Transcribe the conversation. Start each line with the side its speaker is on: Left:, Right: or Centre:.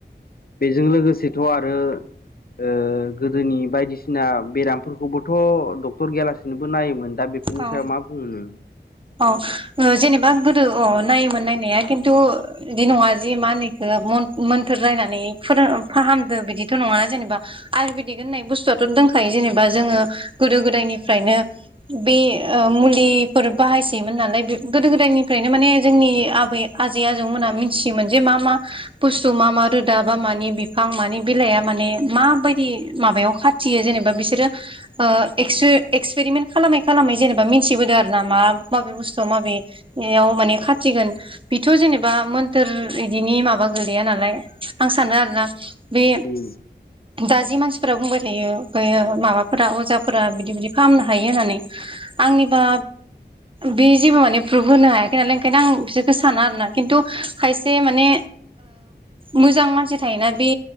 Left: बेजों लोगोसेथ'आरो ओ गोदोनि बायदिसिना बेरामफोरखौबोथ' डक्टर गेयालासिनोबो नायोमोन । दा बेफोरनि
Right: औ
Left: सायाव मा बुंनो नों?
Right: औ ओ जेनेबा गोदो औ नायोमोन नायनाया खिन्थु बिदि नङा जे मा होनो इखो मन मोन्थोर रायनानै फोर फाहामदो बिदिथ' नङा जेनबा आयुरवेदिक होननाय बुस्थुआथ' दों खायो जेनेबा जोङो गोदो गोदायनिफ्रायनो बे ओ मुलिफोर बाहायसैयोमोन नालाय बे गोदो गोदायनिफ्रायनो माने जोंनि आबै आजै आजौमोनहा मिथियोमोन जे मा मा बुस्थु मा मा रोदा बा मानि बिफां मानि बिलाइआ माने माबायदि माबायाव खा मिथियो जेनेबा बिसोरो ओ एक्सपे एक्सपेरिमेन्ट खालामै खालामै जेनेबा मिथिबोदों आरो ना मा माबे बुस्थु माबेयाव माने खाथिगोन बेथ' जेनेबा मोन्थोर इदिनि माबा माबा गोैया नालाय आं सानो आरोना बे
Left: उम
Right: दा जि मानसिफोरा बुंबाय थायो बेयो माबाफोरा अजाफोरा बिदि बिदि फाहामनो हायो होननानै आंनिबा
Left: उम
Right: बे जेबो माने प्रुफ होनो हायाखै नालाय ओंखायनो आं बिसोरखौ साना आरोना खिन्थु खायसे माने मोजां मानसि थायोना बे